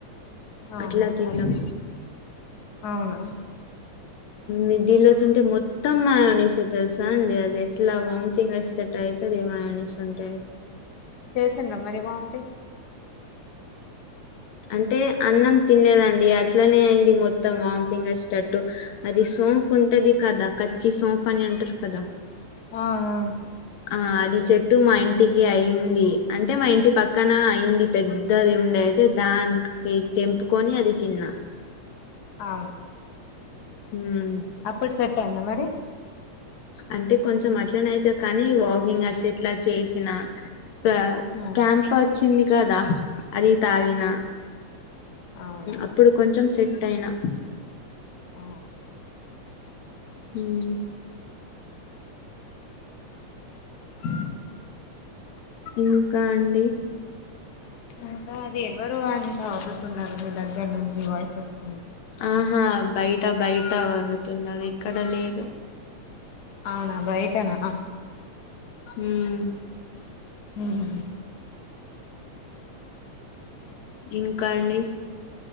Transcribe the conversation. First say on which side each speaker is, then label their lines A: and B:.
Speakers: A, on the left; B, on the left.
A: ఆహా
B: అట్లా తిన్నాం
A: అద అవునా
B: నిఫ్ఢీలో తింటే మొత్తం మాయానిసే తెలుసా అండి అది ఎట్లా వంతింగ్ అచేట ట్ ఎటో అయితది మయోనిస్ ఉంటె
A: చేసిండ్ర మరి వామ్ టింగ్
B: అంటే అన్నం తినలేదండి అట్లనే అయింది మొత్తం వామిటింగ్ వచ్చేటట్టు అది సోంఫ్ ఉంటది కదా కచ్చి సోఫా అని అంటారు కదా
A: ఆ ఆ
B: ఆ అది చెట్టు మా ఇంటికి అయింది అంటే మా ఇంటి పక్కన అయింది పెద్దది ఉండే అయితే దానికి తెంపుకొని అది తిన్నా
A: ఆ
B: ఉమ్
A: అప్పుడు సెటైయిందా మరి
B: అంటే కొంచెం అట్లనే అవుతది కానీ వాకింగ్ అట్లా ఇట్లా చేసిన కా
A: ఆ
B: క్యాంప్ వచ్చింది కదా అది తాగిన
A: అవునా
B: అప్పుడు కొంచెం సెట్ అయినా
A: ఆ
B: ఉమ్ ఆ ఇంకా అండి
A: ఇంకా అది ఎవరు అంతా అదువుతున్నారు మీ దగ్గర నుంచి వాయిస్ వస్తూ
B: ఆహా బయట బయట వడుతున్నారు ఇక్కడ లేదు
A: అవునా బయటనా
B: ఉమ్
A: ఆహా
B: ఇంకా అండి